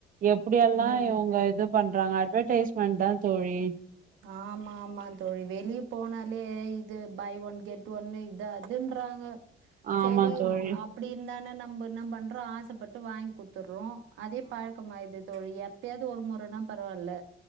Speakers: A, on the right; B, on the right.
A: எப்டியெல்லா
B: ம்
A: இவுங்க இது பண்றாங்க அட்வர்டைஸ் மண்டா தோழி
B: ஆமா ஆமா தோழி வெளிய போனா இது பை ஒன் கெட் ஒன்னு இது அதுன்றாங்க
A: ஆமா
B: சரி
A: தோழி
B: அப்டி இருந்தான நம்ப என்ன பண்றோ ஆசப்பட்டு வாங்கி குடுத்து குடுத்துற்றோ அதே பழக்கம் ஆயிருது தோழி எப்பயாது ஒரு முறன்னா பரவாயில்ல